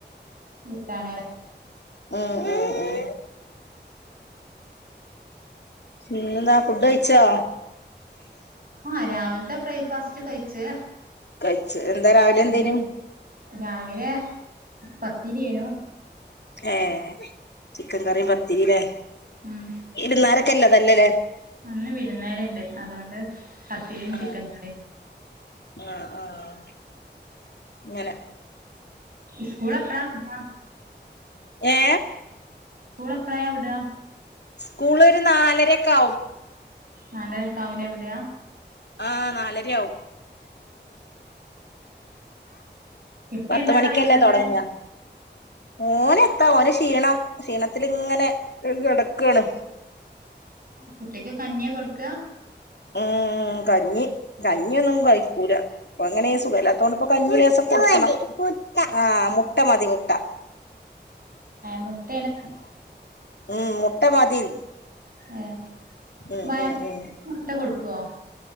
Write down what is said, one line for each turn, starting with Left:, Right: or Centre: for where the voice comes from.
Right: <unintelligible>
Left: ആഹ് ആഹ് പിന്നന്താ ഫുഡഴ്ച്ചോ?
Right: ആഹ് രാവിൽത്തെ ബ്രേക്ക് ഫാസ്റ്റ് കഴിച്ച്.
Left: കഴ്ച്ച് എന്താ രാവിലെന്തേര്ന്ന്?
Right: പിന്നെ രാവിലെ പത്തിരേനു.
Left: ഏഹ് ചിക്കം കറിം പത്തിരി ലേ
Right: ഉമ്
Left: ഇര്ന്നാരക്കള്ളതല്ല ലേ
Right: ഇന്ന് വിര്ന്നാര്ണ്ട് അതോണ്ട് പത്തിരിം
Left: ആഹ്
Right: ചിക്കം കറിം.
Left: ആഹ് ആഹ് ങ്ങനെ.
Right: സ്കൂൾ എപ്പളാ വിട
Left: ഏ
Right: സ്കൂൾ എപ്പളയാവ്ട?
Left: സ്കൂള് ഒരു നാലരൊക്കെ ആവും.
Right: നാലരെക്കാവുലെ വിട?
Left: ആഹ് നാലരയാവും
Right: കുട്ടി
Left: പത്ത്
Right: എന്താ
Left: മണിക്കല്ലെ
Right: പറയുന്നത്
Left: തൊട്ങ്ങാ? ഓനെത്താ ഓന് ക്ഷീണം ക്ഷീണത്തി ല്ങ്ങനെ കെടക്കാണ്.
Right: കുട്ടിക്ക് കഞ്ഞ്യാ കൊട്ക്ക?
Left: ഉമ് കഞ്ഞി കഞ്ഞ്യൊന്നും കഴിക്കൂല. അപ്പ അങ്ങനെ ഈ സുഖല്ലാത്തോണ്ട്പ്പോ കഞ്ഞി ലേശം കൊടുക്കണം ആഹ് മുട്ട മതി മുട്ട.
Right: മുട്ടയാണ്
Left: ഉമ് മുട്ട മതി.
Right: ഏഹ്
Left: ഉം
Right: വയർ
Left: ഉം ഉം
Right: മുട്ട കൊടുക്കോ?